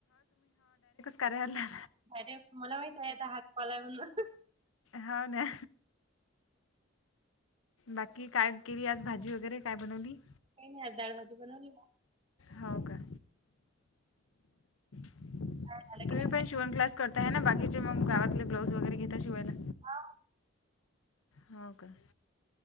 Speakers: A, on the left (about 80°); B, on the right (about 25°).
A: कर आल्या.
B: अरे मला माहित आहे आता हाच कॉल आला.
A: हा ना. बाकी काय केली आज भाजी वगैरे काय बनवली.
B: काय नाही दाळ भाजी बनवली.
A: होव का. तुम्ही
B: काय झालं की नाही
A: पण शिवण क्लास करताय ना बाकीचे मग गावातले ब्लाऊज वगैरे घेता शिवायला.
B: हा.
A: हो का